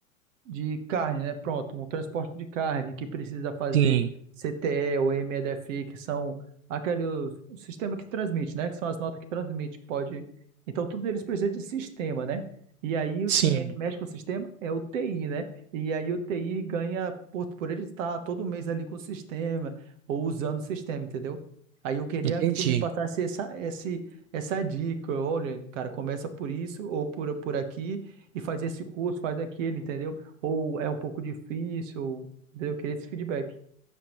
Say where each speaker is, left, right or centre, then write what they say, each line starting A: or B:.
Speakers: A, on the right; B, on the right.
A: de carne, né? Pronto, um transporte de carne que precisa fazer
B: Sim,
A: CTE ou MEDFI, que são aquele o sistema que transmite, né? Que são as notas que transmite, que pode. Então, tudo eles precisa de sistema, né? E aí,
B: sim,
A: quem é que mexe com o sistema é o TI, né? E aí, o TI ganha por, por ele estar todo mês ali com o sistema ou usando o sistema, entendeu? Aí eu queria
B: entendi.
A: que tu me passasse essa, esse, essa dica. Olha, cara, começa por isso ou por, por aqui e faz esse curso, faz aquele, entendeu? Ou é um pouco difícil? Daí Eu queria esse feedback.